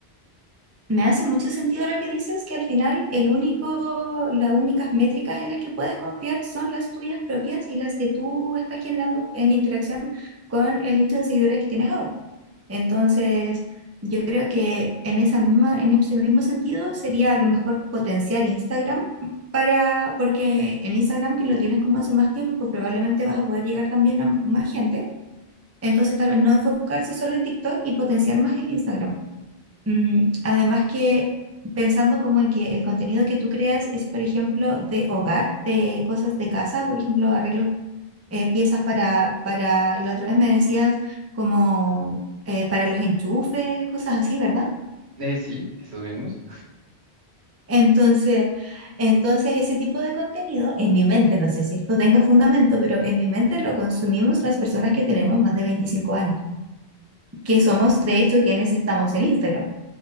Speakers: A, on the right (about 20°); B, on the right (about 80°).
A: Me hace mucho sentido lo que dices, que al final el único, las únicas métricas en las que puedes confiar son las tuyas propias y las que tú estás generando en interacción con el nicho de seguidores que tienes ahora. Entonces, yo creo que en esa misma, en ese mismo sentido sería a lo mejor potenciar Instagram para, porque en Instagram que lo tienes como hace más tiempo, probablemente vas a poder llegar también a más gente. Entonces, tal vez no enfocarse solo en TikTok y potenciar más el Instagram. Mm, además que pensando como en que el contenido que tú creas es, por ejemplo, de hogar, de cosas de casa, por ejemplo, arreglos eh, piezas para, para, la otra vez me decías como eh, para los enchufes, cosas así, ¿verdad?
B: Eh, sí, esos mismos.
A: Entonces, entonces ese tipo de contenido en mi mente, no sé si esto tenga fundamento, pero en mi mente lo consumimos las personas que tenemos más de 25 años, que somos de hecho quienes estamos en Instagram.